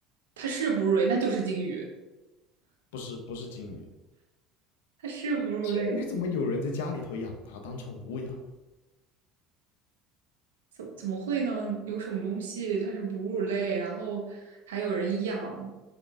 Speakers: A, on the right (about 90°); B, on the left (about 80°).
A: 它是哺乳类，那就是鲸鱼；
B: 不是不是鲸鱼。
A: 它是哺乳类，
B: 鲸鱼怎么有人在家里头养它当宠物养啊？
A: 怎怎么会呢？有什么东西它是哺乳类，然后还有人养，